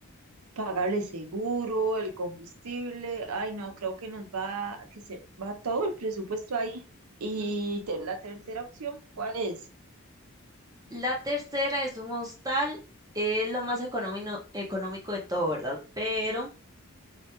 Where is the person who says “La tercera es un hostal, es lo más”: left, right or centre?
Right